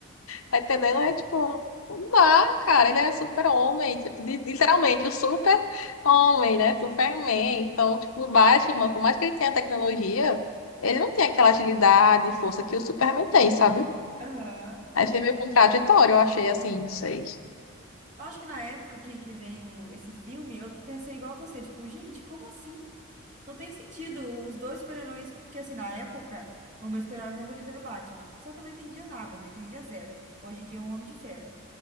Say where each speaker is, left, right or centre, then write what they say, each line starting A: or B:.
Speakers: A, on the left; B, on the right.
A: Tá entendendo? É tipo, não dá, cara. Ele é super-homem. tipo, li- Literalmente, o super-homem, né? Superman. Então, tipo, o Batman,
B: Sim.
A: por mais que ele tenha tecnologia, ele não tem aquela agilidade e força que o Superman tem, sabe?
B: Aham.
A: Aí foi meio contraditório, eu achei assim, não sei.
B: Eu Acho que na época que, que veio esse filme, eu pensei igual a você, tipo, gente, como assim? Não tem sentido os dois super-heróis. Porque assim, na época, o meu super-herói favorito era o Batman. Só que eu não entendia nada, não entendia zero. Hoje em dia é um Homem de Ferro.